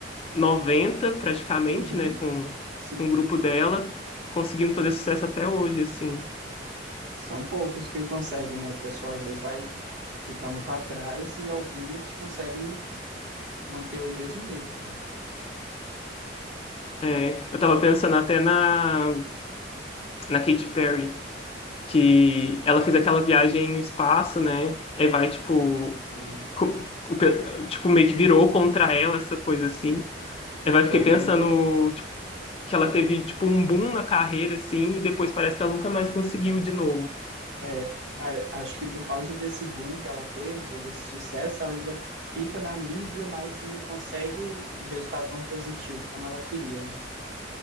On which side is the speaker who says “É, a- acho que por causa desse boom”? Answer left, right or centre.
Right